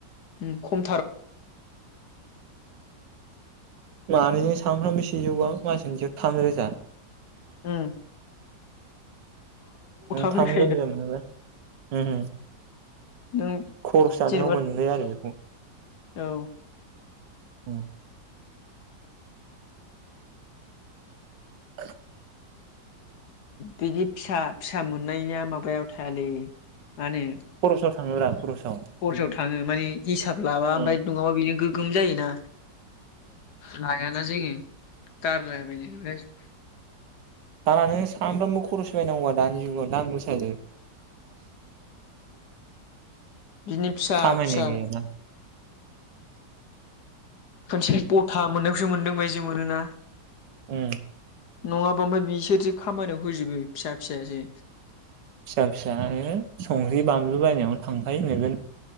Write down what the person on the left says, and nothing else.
ओ खम
उ। फैखायोदा
नों
जेनेबा
औ
बिदि फिसा फिसा मोननायनिया माबायाव थायालै। मा होनो
खरसायाव थाङो माने हिसाब लाबा ओमफ्राय
गोम जायो ना। लाया ना जायो <unintelligible>
बिनो फिसा
फिसा
खनसेनो गथा मोननायखौसो मोनदों बादि मोनोना?
नङाबा ओमफ्राय बिसोरसो खामानियाव होजोबो फिसा फिसायासो।